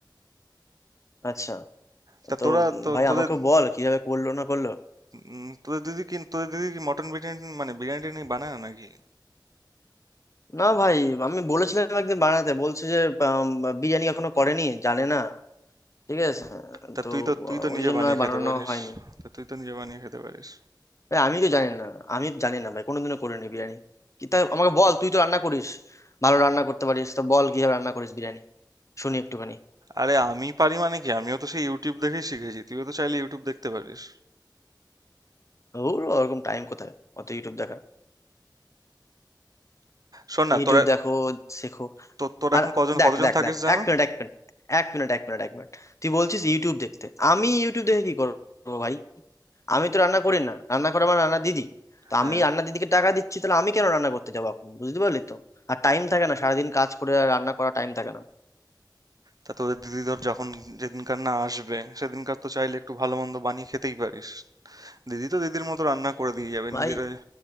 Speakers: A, on the left; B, on the right.
A: আচ্ছা
B: তা
A: তো
B: তোরা তো
A: ভাই
B: তোদের
A: আমাকেও বল কিভাবে করলো না করলো
B: উম, তোদের দিদি কি তোদের দিদি কি মটন বিরিয়ানি মানে বিরিয়ানি টিরিয়ানি বানায় না নাকি
A: না ভাই আমি বলেছিলাম একদিন বানাতে বলছে যে আম, বিরিয়ানি এখনো করেনি জানে না ঠিক আছে
B: তা
A: তো
B: তুই তো তুই
A: আহ,
B: তো
A: ওই
B: নিজে
A: জন্য
B: বানিয়ে
A: আর বানানো
B: খেতে পারিস
A: হয়নি
B: তা তুই তো নিজে বানিয়ে খেতে পারিস
A: ভাই আমি তো জানি না আমি জানি না ভাই কোনোদিনও করিনি বিরিয়ানি কি তা আমাকে বল তুই তো রান্না করিস ভালো রান্না করতে পারিস তো বল কিভাবে রান্না করিস বিরিয়ানি শুনি একটুখানি
B: আরে আমি পারি মানে কি আমিও তো সেই ইউটিউব দেখেই শিখেছি তুইও তো চাইলে ইউটিউব দেখতে পারিস
A: ওর ওরকম টাইম কোথায় অত ইউটিউব দেখা
B: শোন না
A: ইউটিউব
B: তোরা
A: দেখো শেখো
B: তো- তোরা
A: আর
B: এখন কজন
A: দেখ
B: কতজন
A: দেখ
B: থাকিস
A: দেখ
B: জানো
A: এক মিনিট এক মিনিট এক মিনিট এক মিনিট এক মিনিট তুই বলছিস ইউটিউব দেখতে আমি ইউটিউব দেখে কি করবো ভাই আমি তো রান্না করি না রান্না করে আমার রান্না দিদি তো
B: হ্যাঁ
A: আমি রান্না দিদিকে টাকা দিচ্ছি তাহলে আমি কেন রান্না করতে যাবো এখন বুঝতে পারলি তো আর টাইম থাকে না সারাদিন কাজ করে আর রান্না করা টাইম থাকে না
B: তা তোদের দিদি ধর যখন যেদিনকার না আসবে সেদিনকার তো চাইলে একটু ভালো মন্দ বানিয়ে খেতেই পারিস দিদি তো দিদির মতো রান্না করে দিয়ে যাবে
A: ভাই
B: নিজেরা